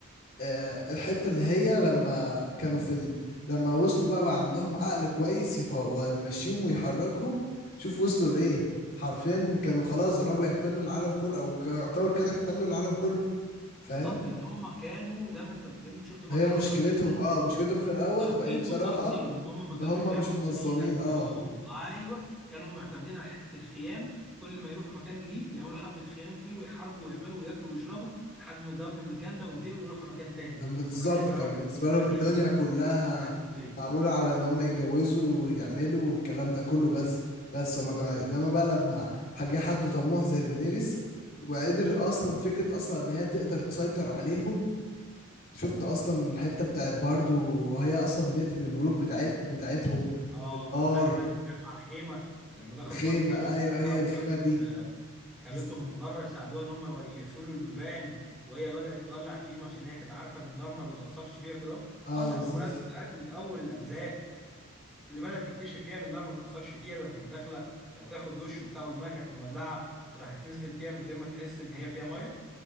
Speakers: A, on the left; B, in the centre.
A: آه الحتة اللي هي لما كانوا في ال... لما وصلوا بقى, بقى عندهم عقل كويس يف... ويمشيهم ويحركهم شوف وصلوا لإيه حرفيا كانوا خلاص قربوا يحتلوا العالم كله او ك- يعتبر كانوا يحتلوا العالم كله فاهم
B: بالظبط لان هم كانوا زي ما انت بتقول شفت هم
A: هي
B: كانوا
A: مشكلتهم
B: اقوياء جدا
A: اه
B: كان
A: مشكلتهم في الاول
B: تخطيط
A: بقى بصراحة
B: والتنظيم ان هم ما
A: ان
B: كانوش
A: هم
B: بيعملوا
A: مش منظمين
B: مدينه بنفسهم
A: اه
B: ايوه كانوا معتمدين على حته الخيام كل ما يروحوا مكان جديد يعملوا حبه خيام فيه ويحاربوا ويعملوا وياكلوا ويشربوا لحد ما يذهبوا من المكان ده وينتقلوا يروحوا مكان تاني
A: كان بالظبط
B: ما كانوش بيعرفوا
A: كان
B: حته
A: بالنسبة
B: ان هم
A: لهم
B: يركبوا
A: الدنيا
B: سفن
A: كلها
B: وحاجات من دي
A: معمولة على ان هم يتجوزوا ويعملوا الكلام ده كله بس بس هما كان انما بقى لما جه حد طموح زي دينيريس وقدر اصلا فكرة اصلا ان هي تقدر تسيطر عليهم شفت اصلا الحتة بتاعت باردو وهي اصلا بتقتل الملوك بتاعت بتاعتهم
B: اه
A: بالنار
B: ثانيه ثانيه بتتكلم على الخيمه لما دخلوا
A: الخيمة
B: جوه الخيمه
A: ايوه
B: وكده
A: هي
B: وراحت
A: الخيمة دي
B: آه، خالتهم
A: بالظبط
B: من بره يساعدوها ان هم يقفلوا البيبان وهي بدات تولع فيهم عشان هي كانت عارفه ان النار ما بتاثرش فيها كده
A: اه
B: اه صح
A: بالظبط
B: بالمناسبه انت عارف ان في اول الاجزاء اللي بدأت تكتشف يعني النار ما تأثرش فيها لما كانت داخلة تاخد دش بتاعه الماء كانت مولعة وراحت نزلت فيها من غير ما تحس إن هي فيها مية